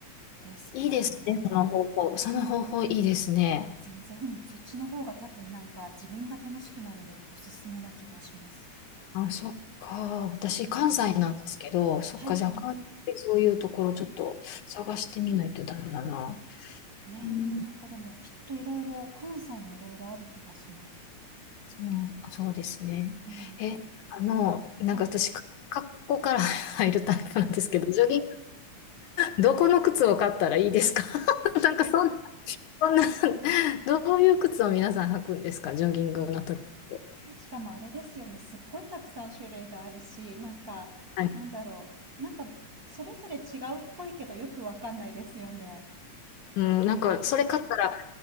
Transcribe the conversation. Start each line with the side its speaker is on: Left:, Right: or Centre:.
Right: ですかね。
Left: いいですね、その方法。その方法いいですね。
Right: 全然、うん、そっちの方が多分なんか自分が楽しくなるんでおすすめな気がします。
Left: あ、そっか。私、関西なんですけど、
Right: うん。
Left: そっか、
Right: はいはい。
Left: じゃあ関西でそういうところちょっと探してみないとダメだな。
Right: ねえ、
Left: うん、
Right: なんかでもきっといろいろ、関西もいろいろある気がします。
Left: そう、あそうですね。
Right: うん。
Left: え、あの、なんか私、
Right: はいは
Left: か格好から <laughs> 入るタイプなんですけど、ジョギンどこの靴を買ったらいいですか <laughs> なんかそんな、そんな、どういう靴を皆さん履くんですかジョギングの時って。
Right: い。しかもあれですよね、すっごいたくさん種類があるし、なんか、
Left: はい。
Right: なんだろう、なんか、それぞれ違うっぽいけどよくわかんないですよね。
Left: うん、なんか、それ買ったら、